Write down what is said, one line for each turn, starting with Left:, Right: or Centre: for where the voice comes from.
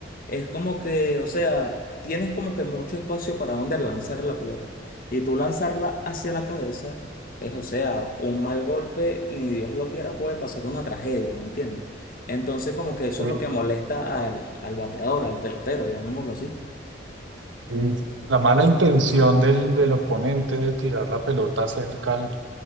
Left: es como que, o sea tienes como que mucho espacio para donde lanzar la pelota. Y tú lanzarla hacia la cabeza es, o sea, un mal golpe, ni Dios lo quiera, puede pasar una tragedia, ¿me entiendes? Entonces, como que eso
Right: eh,
Left: es lo que molesta al, al bateador, al pelotero, llamémoslo así.
Right: eh. La mala intención del, del oponente de tirar la pelota cerca al,